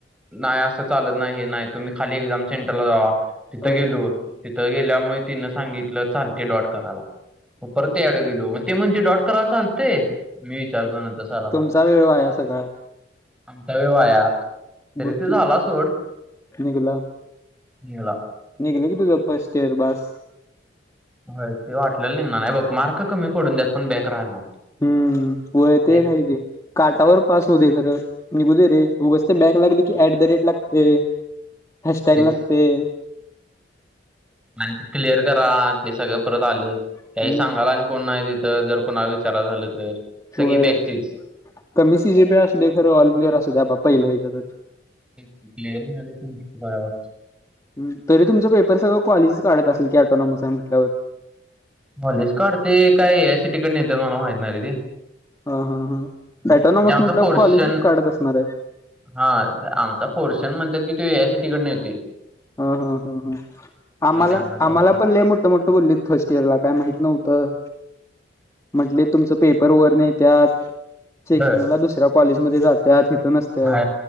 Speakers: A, in the centre; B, on the left (about 15°).
A: नाही असं चालत नाही हे नाही. तुम्ही खाली एक्झाम सेंटरला जावा. तिथं
B: अ
A: गेलो, तिथं गेल्यामुळे तिनं सांगितलं चालते डॉट कराला मग परत ते ला गेलो. मग ती म्हणते डॉट करायला चालतंय? मी विचारतो नंतर सराला.
B: चा वेळ वाया सगळा.
A: आमचा वेळ वाया, तरी
B: बघ
A: ते
B: की
A: झाला सोड
B: निघला
A: निवला.
B: निघलं की तुझं फर्स्ट इयर बास.
A: होय ते वाटलेलं निघणार नाही, हे बघ मार्क पडून देत पण बॅक राहाला नको.
B: हम्म, व्हय ते
A: तेच
B: एक हाय की. काटावर पास होऊ दे खरं निघू दे रे उगच ते बॅक लागलं की, ऍट द रेट लागतंय. हॅश टॅग
A: तेच
B: लागतंय.
A: आणि ते क्लिअर करा, ते सगळं परत आलं.
B: हम्म
A: काही सांगाला आणि कोण नाही तिथं, जर कोणा विचारा झालं तर. सगळी
B: होय
A: बॅचचीच
B: कमी सी जे पी असू दे, खरं ऑल क्लियर असू द्या बाबा पहिल्या याच्यातच.
A: <unintelligible>
B: हं तरी तुमचं पेपर सगळं कॉलेजच काढत असंल की, पॅटॉनॉमस आहे म्हटल्यावर.
A: कॉलेज काढतय काय एआयसीटी कडनं येत्यात मला माहित नाही रे ते.
B: हा हा हा पॅटॉनॉमस
A: म्हणजे आमचा
B: म्हंटल्यावर
A: पोर्शन
B: कॉलेजच काढत असणार हाय.
A: हा आमचा पोर्शन म्हणत्यात त्यो ए आय सी टी कडनं येतोय.
B: ह ह ह हं आम्हाला
A: आमचा पोर्शन
B: आम्हाला पण लय मोठं मो ठं बोललीत फर्स्ट इयरला काय माहित नव्हतं. म्हंटले तुमचं पेपर वरनं येत्यात, चेकिंगला
A: बर
B: दुसऱ्या कॉलेजमध्ये जात्यात. इथं नस तर
A: हा